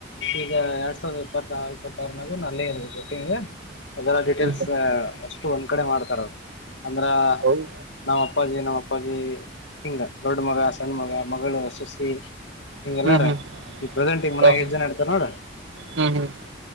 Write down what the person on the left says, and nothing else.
ಈಗ ಎರಡ್ ಸಾವಿರದ ಇಪ್ಪ ಇಪ್ಪತ್ತಾರ ನಾಗು ನಲ್ಲೇ ಇರದು ಕೊಟ್ಟಿಂಗ್ ಅದೆಲ್ಲ ಡೀಟೇಲ್ಸ್
ಅಷ್ಟ ಒಂದ್ ಕಡೆ ಮಾಡ್ತಾರ ಅಂದ್ರ
ನಾವ್ ಅಪ್ಪಾಜಿ ನಮ್ಮ ಅಪ್ಪಾಜಿ ಹಿಂಗ ದೊಡ್ಡ ಮಗ ಸಣ್ಣ ಮಗ ಮಗಳು ಸಸಿ ಹಂಗಗೆ ಎಲ್ಲಾರ
ಈ ಪ್ರೆಸೆಂಟ್ಂಗ್ ಮನ್ಯಾಗ
ಎಷ್ಟ್ ಜನ ಇಡ್ತಾರ ನೋಡ್ರ